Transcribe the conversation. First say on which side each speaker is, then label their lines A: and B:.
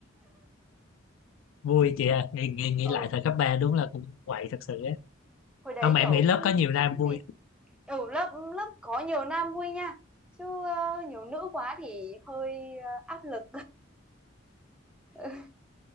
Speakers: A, on the left; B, in the centre.
A: Vui chị à, nghĩ, nghĩ, nghĩ
B: Ờ,
A: lại thời cấp 3 đúng là cũng quậy thật sự á.
B: hồi đấy
A: Không mà
B: kiểu
A: em nghĩ lớp
B: không
A: có nhiều
B: không
A: nam
B: suy nghĩ
A: vui.
B: gì ừ lớp lớp có nhiều nam vui nha chứ ờ, nhiều nữ quá thì hơi ờ, áp lực <laughs>